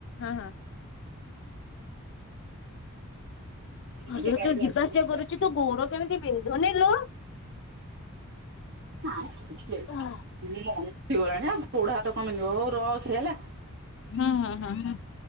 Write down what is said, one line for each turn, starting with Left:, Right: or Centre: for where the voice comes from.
Left: ହଁ, ହଁ।
Right: ହଁ
Left: ଭଲ
Right: କେବେ
Left: ତୁ
Right: ଆଇବି
Left: ଯିବା
Right: ଆସିକି
Left: ଆସିବା
Right: ଏଇ ସିଆଡେ
Left: କରୁଛୁ ତୋ ଗୋଡ଼ କେମିତି ବିନ୍ଧୁନି ଲୋ।
Right: <unintelligible> ଗଲାଣି ଆଉ
Left: ହଁ
Right: ଗୋଡ଼ ହାତ କଣ ବିନ୍ଧିବ, ହଉ ରଖେ ହେଲା।
Left: ହଁ, ହଁ, ହଁ, ହଁ।